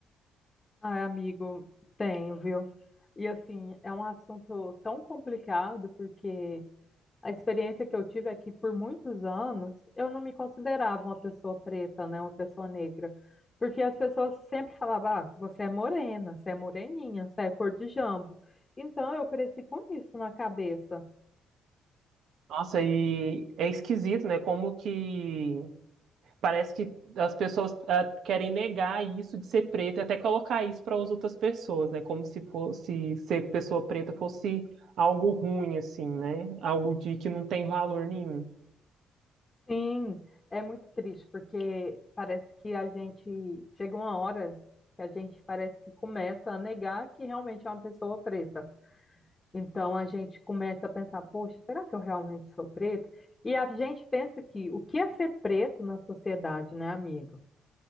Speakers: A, on the left; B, on the right.
A: Ai, amigo, tenho, viu? E assim, é um assunto tão complicado porque a experiência que eu tive é que por muitos anos eu não me considerava uma pessoa preta, né, uma pessoa negra, porque as pessoas sempre falavam: "Ah, você é morena, você é moreninha, você é cor de jambo". Então eu cresci com isso na cabeça.
B: Nossa, e é esquisito, né? Como que Parece que as pessoas ah, querem negar isso de ser preta e até colocar isso para as outras pessoas, né? Como se fosse ser pessoa preta fosse algo ruim, assim, né? Algo de que não tem valor nenhum.
A: Sim, é muito triste, porque parece que a gente chega uma hora que a gente parece que começa a negar que realmente é uma pessoa preta. Então a gente começa a pensar, poxa, será que eu realmente sou preto? E a gente pensa que o que é ser preto na sociedade, né, amigo?